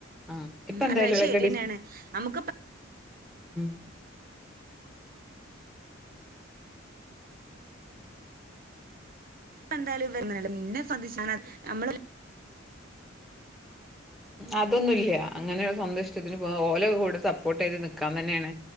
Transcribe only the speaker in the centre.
ആ
ഇപ്പ ന്തായാലും
എലെഷെൻ
ഡി
ഉം
അതൊന്നുല്യ അങ്ങനെ സ്വന്തം ഇഷ്ടത്തിന് പോആൻ ഓല കൂടെ സപ്പോർട്ട് യ്ത് നിക്കാൻ തന്നെണ്.